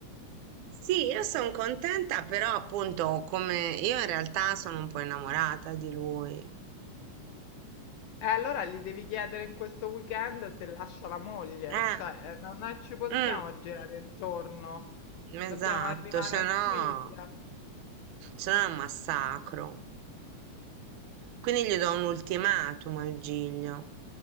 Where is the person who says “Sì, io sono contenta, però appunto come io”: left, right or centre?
Right